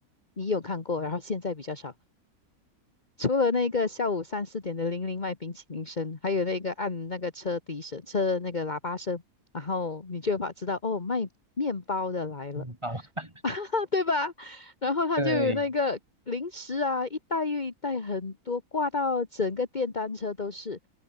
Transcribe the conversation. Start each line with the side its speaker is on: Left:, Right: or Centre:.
Left: 你有看过，然后现在比较少了除了那个下午三四点的铃铃卖冰淇淋声，还有那个按那个车笛声、车那个喇叭声，然后你就把知道哦，卖面包的来了，
Right: 面包。<laughs>
Left: <laughs> 对吧？然后他就有那个零食啊，
Right: 对。
Left: 一袋又一袋，很多挂到整个电单车都是。